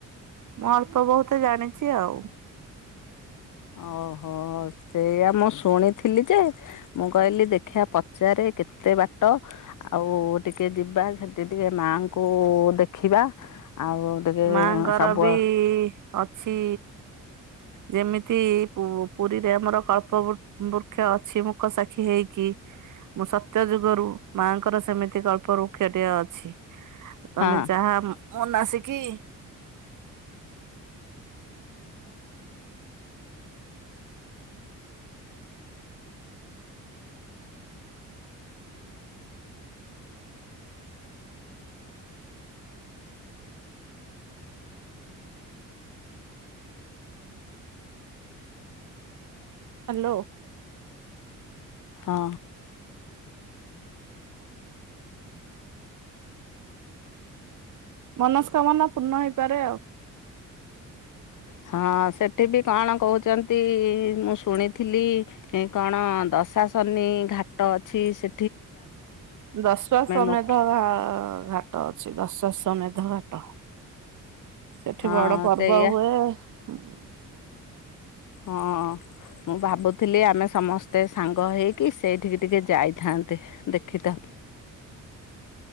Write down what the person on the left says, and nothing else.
ଓହୋ ସେଇଆ ମୁଁ ଶୁଣିଥିଲି ଯେ ମୁଁ କହିଲି ଦେଖିବା ପଚାରେ କେତେ ବାଟ ଆଉ ଟିକେ ଯିବା ସେଠି ଟିକେ ମାଙ୍କୁ ଦେଖିବା। ଆଉ ଟିକେ
ସବୁ
ହଁ
ହଁ।
ହଁ ସେଠି ବି କଣ କହୁଛନ୍ତି ମୁଁ ଶୁଣିଥିଲି ହେଁ କଣ ଦ ପ୍ରଶାସନୀ ଘାଟ ଅଛି ସେ
ମୋକ୍ଷ
ହଁ
ସେଇଆ
ହଁ। ମୁଁ ଭାବୁଥିଲି ଆମେ ସମସ୍ତେ ସାଙ୍ଗ ହେଇକି ସେଇଠିକି ଟିକେ ଯାଇଥାନ୍ତେ ଦେଖିଥାନ୍ତ।